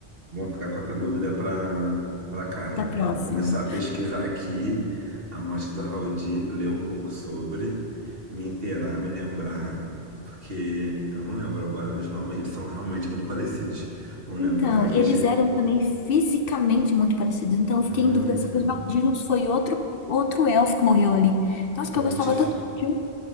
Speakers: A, on the right; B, on the left.
A: Vamos ficar com essa dúvida para para casa.
B: da próxima.
A: Eu vou começar a pesquisar aqui a morte do Raul Di, ler um pouco sobre, me inteirar, me lembrar, porque eu não lembro agora. Os nomes eles são realmente muito parecidos. Vamos
B: Então,
A: lembrar, a gente
B: e eles eram também fisicamente muito parecidos. Então, eu
A: muito.
B: fiquei em dúvida se o Haldirus foi outro, outro elfo que morreu ali. Nossa,
A: Então
B: que eu
A: a
B: gostava
A: gente fi-
B: tanto de um.